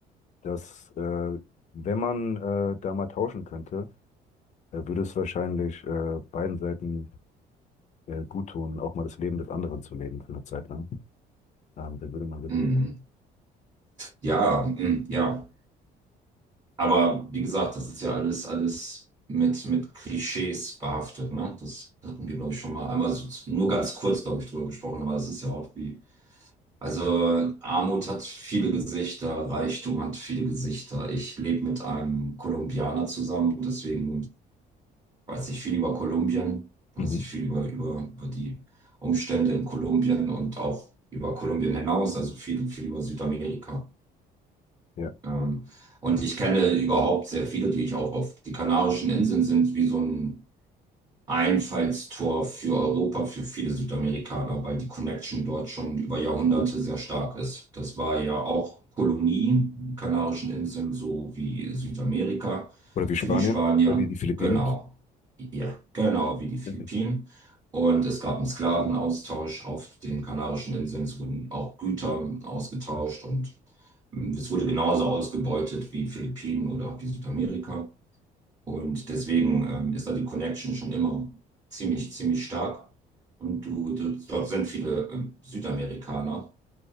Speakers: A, on the left; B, on the right.
A: das, äh, wenn man äh, da mal tauschen könnte, äh, würde es wahrscheinlich äh, beiden Seiten äh, gut tun, auch mal das Leben des anderen zu leben für eine Zeit lang. Ähm, da würde man wirklich.
B: Hm. hm. Ja, hm, ja. Aber wie gesagt, das ist ja alles, alles mit, mit Klischees behaftet, ne? Das hatten wir, glaube ich, schon mal einmal so, nur ganz kurz, glaube ich, drüber gesprochen, aber es ist ja auch wie, also Armut hat viele Gesichter, Reichtum hat viele Gesichter. Ich lebe mit einem Kolumbianer zusammen, deswegen weiß ich viel über Kolumbien, weiß
A: Mhm.
B: ich viel über, über, über die Umstände in Kolumbien und auch über Kolumbien hinaus, also viel, viel über Südamerika.
A: Ja.
B: Ähm, und ich kenne überhaupt sehr viele, die ich auch auf die Kanarischen Inseln sind, wie so ein Einfallstor für Europa, für viele Südamerikaner, weil die Connection dort schon über Jahrhunderte sehr stark ist. Das war ja auch Kolonie, die Kanarischen Inseln, so wie Südamerika
A: Oder wie
B: für
A: Spanien,
B: die Spanier.
A: oder wie die Philippinen.
B: Genau. Ja, genau wie die Philippinen.
A: <laughs>
B: Und es gab einen Sklavenaustausch auf den Kanarischen Inseln. Es wurden auch Güter ausgetauscht und es wurde genauso ausgebeutet wie Philippinen oder wie Südamerika. Und deswegen ähm, ist da die Connection schon immer ziemlich, ziemlich stark. Und du, du, dort sind viele ähm, Südamerikaner.